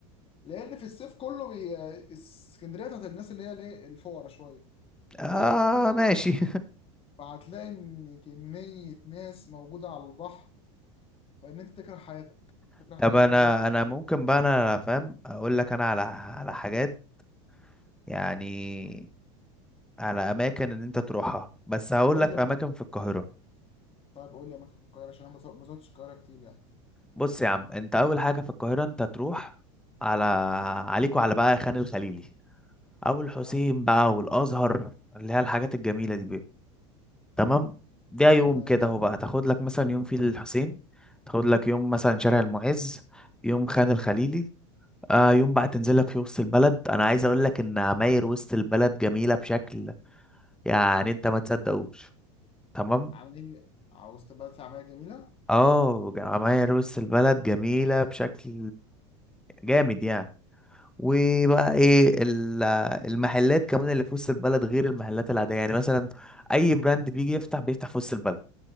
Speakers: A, on the left; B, in the centre.
A: لان في الصيف كله بي... اسكندرية بتاعت الناس اللي هي الايه الفقرا شوية
B: اه
A: فهتلاقي
B: ماشي
A: فهتلاقي ان كمية ناس موجودة على البحر فان انت تكره حياتك
B: <laughs>
A: تكره حياتك
B: طب انا
A: بجد انت
B: انا ممكن بقى انا فاهم اقول لك انا على على حاجات يعني على اماكن ان انت تروحها بس هقول
A: قول
B: لك
A: لي
B: في
A: يعني.
B: اماكن في القاهره
A: طيب قول لي اماكن في القاهره عشان انا ما زو- ما زرتش القاهره كتير يعني
B: بص يا عم انت اول حاجه في القاهره انت تروح على عليك وعلى بقى خان الخليلي او الحسين
A: اه
B: بقى والازهر اللي هي الحاجات الجميله دي بقى تمام ده يوم
A: تمام
B: كده اهو بقى تاخد لك مثلا يوم في الحسين تاخد لك يوم مثلا شارع المعز يوم خان الخليلي آه يوم بقى تنزل لك في وسط البلد انا عايز اقول لك ان عماير وسط البلد جميله بشكل يعني انت ما تصدقوش تمام
A: عمليه عاوز تبقى في عمليه جميله
B: اه جمعية روس البلد جميلة بشكل جامد يعني وبقى ايه ال- المحلات كمان اللي في وسط البلد غير المحلات العادية يعني مثلا اي براند بيجي يفتح بيفتح في وسط البلد